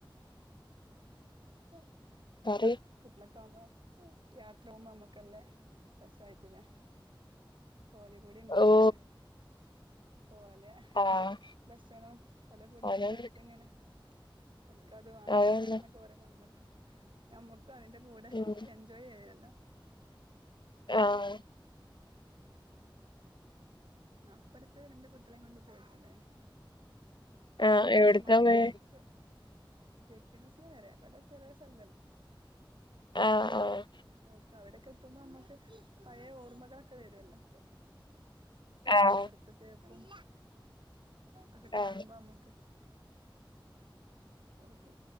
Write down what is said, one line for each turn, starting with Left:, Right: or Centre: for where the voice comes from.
Right: <inaudible>
Left: പറ
Right: കുട്ടേളെക്കാവുമ്പോ രാത്രി ആകുംബോ നമ്മക്കല്ലേ രസായിക്കൂ ലേ. ഓലെ കൂടി ഇണ്ടാവുമ്പള്
Left: ഓ
Right: ഓലെ.
Left: ആഹ്
Right: ഭക്ഷണോം ഓലെ ഫുഡൊക്കെ
Left: അതാണ്
Right: ആയിട്ട് അങ്ങനെ ഓൽക്ക് അത് വാണംഇത്
Left: അതന്നെ
Right: വാണെന്നൊക്കെ പറയുമ്പോ ഞമ്മക്ക് ഞമ്മക്കു അതിന്റെ കൂടെ.
Left: ഉം
Right: ജോയ് ചെയ്യല്ലോ
Left: ആഹ്‌
Right: ഞാൻ ഇപ്പടത്ത് രണ്ട് കുട്ടികളെയും കൊണ്ട് പോയിട്ടുണ്ടായിനി കുറച്ച
Left: ആഹ് എവിട്ക്കാ
Right: മുന്നെ മഴന്റെ
Left: പോയെ
Right: കൊറച്ച് തേക്കുമ്യൂസിയം വെറെ ഇവിടെ ചെറിയ സ്ഥലല്ലേ.
Left: ആഹ് ആഹ്
Right: ഓക്കെ അവിടെൊക്കെ എത്തുമ്പോ നമ്മുക്ക് പഴയ ഓർമ്മകളൊക്കെ വരുല്ലോ.
Left: ആഹ്
Right: അവിടത്തെ തേക്കും ഒക്കെ കാണുമ്പോ
Left: ആഹ്
Right: നമ്മക്ക്. ഓക്കെ